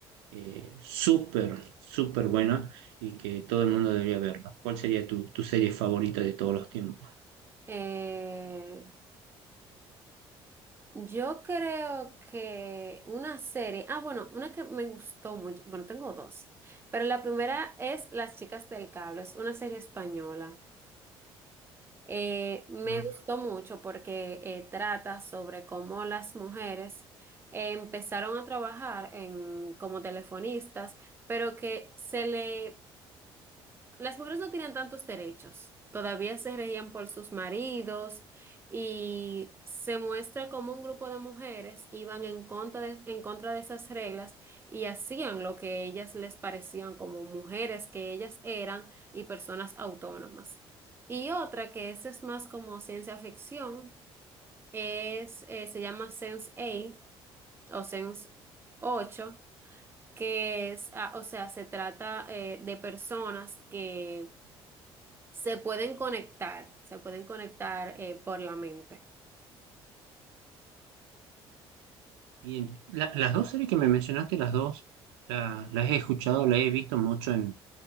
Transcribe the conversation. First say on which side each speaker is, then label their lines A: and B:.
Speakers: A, on the right (about 80°); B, on the right (about 20°).
A: eh, súper, súper buena y que todo el mundo debería verla. ¿Cuál sería tu, tu serie favorita de todos los tiempos?
B: Eh, yo creo que una serie, ah, bueno, una que me gustó mucho, bueno, tengo dos, pero la primera es Las Chicas del Cable, es una serie española. Eh, me
A: Ah,
B: gustó mucho porque eh, trata sobre cómo las mujeres eh, empezaron a trabajar en, como telefonistas, pero que se le Las mujeres no tenían tantos derechos. Todavía se regían por sus maridos y se muestra como un grupo de mujeres iban en contra de, en contra de esas reglas y hacían lo que ellas les parecían como mujeres que ellas eran y personas autónomas. Y otra que esa es más como ciencia ficción, es, eh, se llama Sense8 o Sense ocho que es, ah, o sea, se trata eh, de personas que se pueden conectar, se pueden conectar eh, por la mente.
A: bien, La- las dos series que me mencionaste, las dos, la- las he escuchado, las he visto mucho en,